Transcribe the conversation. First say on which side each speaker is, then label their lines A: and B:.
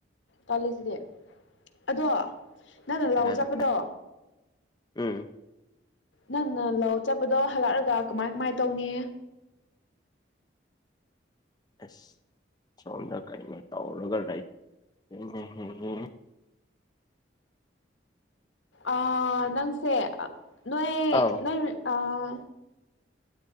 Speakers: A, on the left; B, on the left.
A: ꯀꯜꯂꯤꯁꯤꯗꯤ ꯑꯗꯣ ꯅꯪꯅ ꯂꯧ
B: ꯍꯥꯏꯕ
A: ꯆꯠꯄꯗꯣ
B: ꯎꯝ
A: ꯅꯪꯅ ꯂꯧ ꯆꯠꯄꯗꯣ ꯍꯜꯂꯛꯑꯒ ꯀꯃꯥꯏ ꯀꯃꯥꯏꯅ ꯇꯧꯅꯤ
B: ꯑꯁ ꯁꯣꯝꯗ ꯀꯩꯅꯣ ꯇꯧꯔꯒ ꯂꯩ <unintelligible>
A: ꯑꯥ ꯅꯪꯁꯦ ꯅꯣꯏ
B: ꯑꯥꯎ
A: ꯅꯣꯏ ꯑꯥ